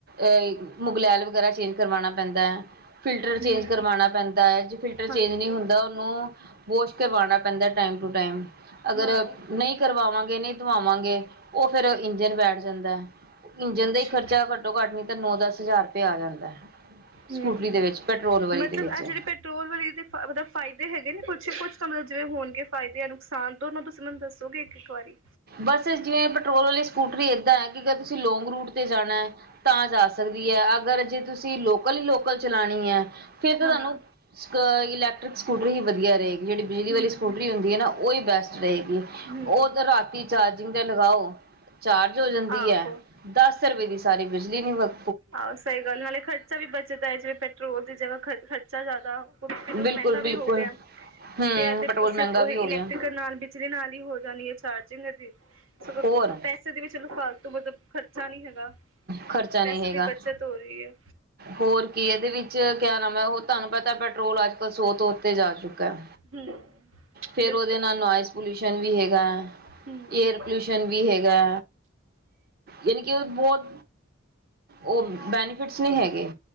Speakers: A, on the right; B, on the right.
A: ਏਹ ਮੁਗਲੈਲ ਵਗੈਰਾ ਚੇਂਜ ਕਰਵਾਉਣਾ ਪੈਂਦਾ ਐ। ਫਿਲਟਰ ਚੇਂਜ
B: ਹੂੰ
A: ਕਰਵਾਣਾ ਪੈਂਦਾ ਹੈ, ਜੇ ਫਿਲਟਰ ਚੇਂਜ
B: ਹਾਂਜੀ
A: ਨਹੀਂ ਹੁੰਦਾ ਉਹਨੂੰ ਵੋਸ਼ ਕਰਵਾਉਣਾ ਪੈਂਦਾ ਟਾਈਮ ਟੂ ਟਾਈਮ, ਅਗਰ
B: ਹਾਂ
A: ਨਹੀਂ ਕਰਵਾਵਾਂਗੇ ਨਹੀਂ ਧਵਾਵਾਂਗੇ ਉਹ ਫੇਰ ਇੰਜਣ ਬੈਠ ਜਾਂਦਾ। ਇੰਜਨ
B: ਅੱਛਾ
A: ਦਾ ਹੀ ਖਰਚਾ ਘੱਟੋ ਘੱਟ ਨੀ ਤਾਂ ਨੌ ਦਸ ਹਜ਼ਾਰ ਰੁਪਏ ਆ ਜਾਂਦਾ।
B: ਹੂੰ,
A: ਸਕੂਟਰੀ ਦੇ ਵਿੱਚ ਪੈਟਰੋਲ ਵਾਲੀ
B: ਮਤਲਬ
A: ਦੇ ਵਿੱਚ
B: ਆਹ ਜਿਹੜੇ ਪੈਟਰੋਲ ਵਾਲੀ ਮਤਲਬ ਫਾਇਦੇ ਹੈਗੇ ਨੇ ਕੁਛ ਕੁਛ ਤਾਂ ਜਿਵੇਂ ਹੋਣਗੇ ਫਾਇਦੇ ਆ ਨੁਕਸਾਨ ਤਾਂ ਉਹਨਾਂ ਤੁਸੀਂ ਮੈਨੂੰ ਦੱਸੋਗੇ ਇੱਕ-ਇੱਕ ਵਾਰੀ
A: ਬਸ ਜਿਵੇਂ ਪ ਟਰੋਲ ਵਾਲੀ ਸਕੂਟਰੀ ਏਦਾਂ ਹੈ ਕਿ ਅਗਰ ਤੁਸੀਂ ਲੌਂਗ ਰੂਟ ਤੇ ਜਾਣਾ ਹੈ ਤਾਂ ਜਾ ਸਕਦੀ ਹੈ, ਅਗਰ ਜੇ ਤੁਸੀਂ ਲੋਕਲ ਹੀ ਲੋਕਲ ਚਲਾਣੀ ਆ ਫੇਰ ਤਾਂ
B: ਹਾਂ
A: ਤੁਹਾਨੂੰ ਸਕਾ ਇਲ ਸਕੂਟਰ ਵੀ ਵਧੀਆ ਰਹੇਗ ਜੇੜੀ ਬਿਜਲੀ
B: ਹੂੰ
A: ਵਾਲੀ ਸਕੂਟਰੀ ਹੂੰਦੀ ਏ ਨਾ ਔਹੀ ਬੈਸਟ ਰੇਗੀ।
B: ਹੂੰ
A: ਔ ਤੇ ਰਾਤ ਚਾਰਜਿੰਗ 'ਤੇ ਲਗਾਓ‌ ਚਾਰਜ ਹੋ ਜਾਂਦੀ
B: ਆਹੋ
A: ਐ ਦੱਸ ਰੁਪਏ ਦੀ ਸਾਰੀ ਬਿਜਲੀ ਨੀ ਵਕ
B: ਆਹ, ਸਹੀ ਗੱਲ, ਨਾਲੇ ਖਰਚਾ ਵੀ ਬਚਦਾ ਏ ਜਿਵੇਂ ਪੈਟਰੋਲ ਦੀ ਜਗ੍ਹਾ ਖਰ ਖਰਚਾ ਜ਼ਿਆਦਾ ਪੈਟਰੋਲ
A: ਬਿਲਕੁਲ
B: ਮੈੰਗਾ
A: ਬਿਲਕੁਲ
B: ਵੀ ਹੋ ਗਿਆ
A: ਹਮ
B: ਤੇ ਐਤੇ
A: ਪੈਟਰੋਲ
B: ਸਿਰਫ
A: ਮਹਿੰਗਾ
B: ਉਹੀ
A: ਵੀ ਹੋ
B: ਇਲੈਕਟ੍ਰਿਕਲ
A: ਗਿਆ
B: ਨਾਲ ਬਿਜਲੀ ਨਾਲ ਈ ਹੋ ਜਾਣੀ ਏ ਚਾਰਜ। ਜਿਨਾ ਜੀ, ਸਗੋਂ
A: ਹੋਰ
B: ਪੈਸੇ ਦੇ ਵਿੱਚ ਲੂ ਫਾਲਤੂ ਮਤਲਬ ਖਰਚਾ ਨਹੀਂ ਹੈਗਾ
A: ਖਰਚਾ। ਨਈ
B: ਪੈਸੇ
A: ਹੈਗਾ,
B: ਦੀ ਬੱਚਤ ਹੋ ਰਹੀ ਹੈ
A: ਹੋਰ ਕੀ ਐਦੇ ਵਿੱਚ ਕਿਆ ਨਾਮ ਐ ਔ ਤਾਨੂੰ ਪਤਾ ਪੈਟ ਪਟਰੋਲ ਅੱਜ ਕਲ ਸੋ ਤੋ ਉਤੇ ਜਾ ਚੁੱਕ ਕਾ,
B: ਹਮ
A: ਫੇਰ
B: ਬਿਲਕੁਲ
A: ਔਦੇ ਨਾਲ ਨੋਇਸ ਪੋਲਿਊਸ਼ਨ ਵੀ ਹੇ ਗਾ।
B: ਹਮ
A: ਏਅਰ ਪੋਲਿਊਸ਼ਨ ਵੀ ਹੇਗਾ। ਯਾਨਿ ਬੌਤ ਔ ਬੈਨੀਫਿਟਸ ਨੀ ਹੈਗੇ।